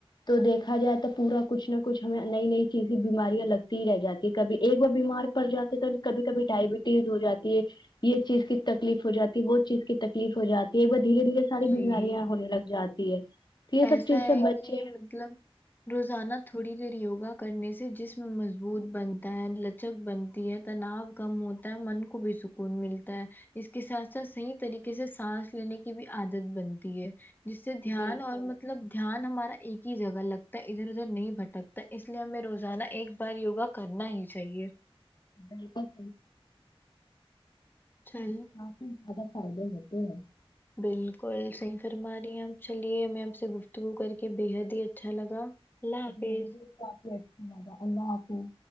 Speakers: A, on the left; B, on the left.
A: تو دیکھا جائے تو پورا کچھ نہ کچھ ہمیں نئی نئی چیز بیماریاں لگتی ہی رہ جاتی کبھی ایک وہ بیمار پڑ جاتے تو کبھی کبھی ڈائبٹیز ہو جاتی ہے یے چیز کی تکلیف ہو جاتی وہ چیز کی تکلیف ہو جاتی ہے بٹ دھیرے دھیرے ساری
B: جی
A: بیماریاں ہونے لگ جاتی تی ہے تو یہ سب
B: ایسا
A: چیز
B: ہے
A: سے بچے
B: کی مطلب روزانہ تھوڑی دیر یوگا کرنے سے جسم مضبوط بنتا ہے لچک بنتی ہے تناؤ کم ہو تا من کو بھی سکون ملتا ہے اس کے ساتھ ساتھ صحیح طریقے سے سانس لینے کی بھی عادت بنتی ہے جس سے دھیان
A: بالکل
B: اور مطلب دھیان ہمارا ایک ہی جگہ لگتا ہے ادھر ادھر نہیں بھٹکتا اس لیے ہمیں روزانہ ایک بار یوگا کرنا ہی چاہیے
A: بک
B: چھان
A: کافی زیادہ فائدے ہوتے ہیں
B: بالکل صحیح فرما رہی ہیں آپ چلیے ہمیں آپ سے گفتگو کر کے بےحد ہی اچھا لگا اللہ
A: <unintelligible>
B: حافظ
A: اللہ حافظ